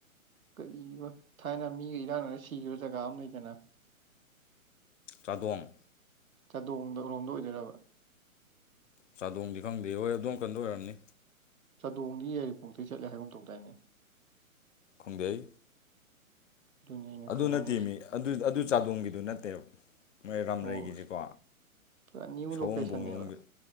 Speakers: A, on the right; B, on the left.
A: ꯀ ꯊꯥꯏꯅ ꯃꯤꯒ ꯏꯔꯥꯡꯅꯅ ꯁꯤꯈꯤꯕ ꯖꯒꯥ ꯑꯃ ꯂꯩꯗꯅ
B: ꯆ꯭ꯔꯥꯗꯣꯡ
A: ꯆꯥꯗꯣꯡꯗꯔꯣꯝꯗ ꯑꯣꯏꯗꯣꯏꯔꯕ
B: ꯆꯥꯗꯣꯡꯗꯤ ꯈꯪꯗꯦ ꯍꯣꯏ ꯑꯗꯣꯝ ꯀꯟꯗ ꯑꯣꯏꯔꯝꯅꯤ
A: ꯆꯥꯗꯣꯡꯗꯤ ꯌꯥꯏꯔꯤꯄꯣꯛꯇꯩ ꯆꯠꯂꯦ ꯍꯥꯏꯒꯨꯝ ꯇꯧꯗꯥꯏꯅꯦ
B: ꯈꯪꯖꯩ
A: ꯑꯗꯨꯅꯤ ꯑꯩꯅ
B: ꯑꯗꯨ
A: ꯈꯪꯅꯤꯡꯉꯤꯁꯦ
B: ꯅꯠꯇꯦ ꯃꯤ ꯑꯗꯨ ꯑꯗꯨ ꯆꯥꯗꯣꯡꯒꯤꯗꯨ ꯅꯠꯇꯦꯕ ꯃꯣꯏ ꯔꯥꯝꯂꯩꯒꯤꯁꯤꯀꯣ
A: ꯑꯣ ꯑꯁ ꯄꯨꯔꯥ ꯅ꯭ꯌꯨ
B: ꯁꯑꯣꯣꯡꯕꯂꯣꯡꯒ
A: ꯂꯣꯀꯦꯁꯟꯅꯦꯕ